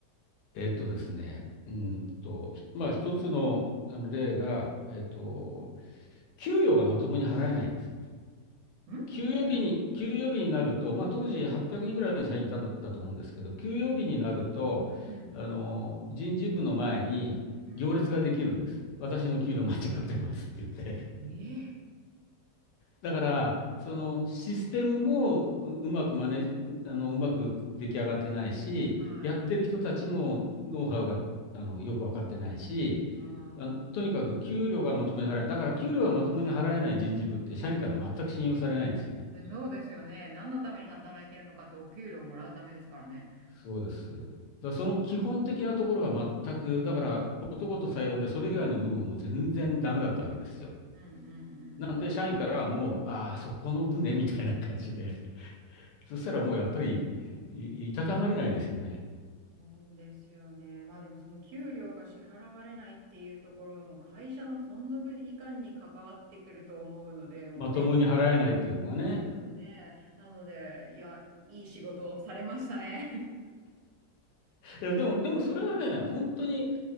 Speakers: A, on the left (about 75°); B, on the right (about 70°).
A: えっとですね、うんと、まあ一つの、あの例が、えっと、給与がまともに払えないんです。
B: ん
A: 休養日に、休養日になると、まあ、当時800人ぐらいの社員いたんだと思うんですけど、休養日になると、
B: うん、うん、
A: あの、人事部の前に行列ができるんです。
B: うん。
A: 私の給料間違ってますって言って。
B: ええ
A: だから、そのシステムもう、うまくマネ、あの、うまく出来上がってないし、
B: はい。
A: やってる人たちもノウハウが、あの、よく分かってないし、
B: ああ。
A: あとにかく給料がまともに払えない。だから給料がまともに払えない人事部って社員から全く信用されないんですよね。
B: そうですよね。何のために働いてるのかってお給料もらうためですからね。
A: そうです。だからその基本的なところが全く、だからことごとさようで、それ以外の部分も全然ダメだったわけですよ。
B: うんうんうんうん。
A: なんで、社員からはもう、ああ、そこの分ね、みたいな感じで、そしたらもうやっぱり、い、いたたまれないですよね。
B: そうですよね。まあでもその給料が支払われないっていうところはもう会社の存続いかんに関わってくると思うので、もうね、
A: まともに払えないっていうのがね。
B: あのそうですよね。なので、いや、いい仕事をされましたね。
A: いや、でも、でもそれはね、本当に